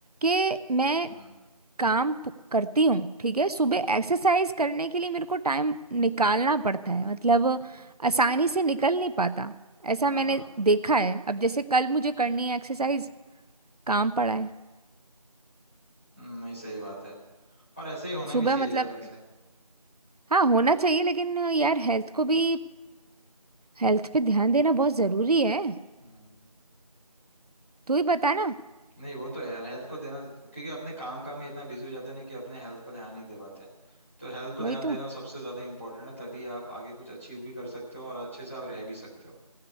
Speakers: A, on the right; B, on the left.
A: कि मैं
B: हम्म
A: काम पु- करती हूँ ठीक है सुबह एक्सरसाइज करने के लिए मेरे को टाइम निकालना पड़ता है मतलब आसानी से निकल नहीं पाता ऐसा
B: हाँ
A: मैंने देखा है अब जैसे कल मुझे करनी है एक्सरसाइज काम पड़ा है
B: हम्म, नहीं सही बात है और ऐसे ही होना
A: सुबह
B: भी चाहिए
A: मतलब
B: यार वैसे
A: हाँ होना चाहिए लेकिन यार हेल्थ को भी हेल्थ पे ध्यान देना बहुत जरूरी है
B: हम्म
A: तू ही बता ना
B: नहीं वो तो है यार हेल्थ को देना क्योंकि अपने काम काम में इतना बिजी हो जाते हैं ना कि अपने हेल्थ को ध्यान नहीं दे पाते हैं तो हेल्थ को
A: वही
B: ध्यान देना
A: तो
B: सबसे ज्यादा इंपॉर्टेंट है तभी आप आगे कुछ अचीव भी कर सकते हो और अच्छे से आप रह भी सकते हो